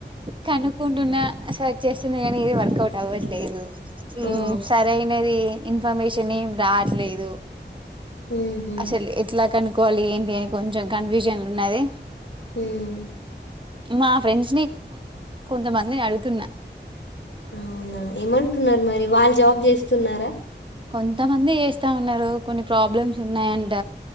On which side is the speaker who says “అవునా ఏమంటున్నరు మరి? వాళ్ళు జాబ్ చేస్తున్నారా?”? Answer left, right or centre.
Left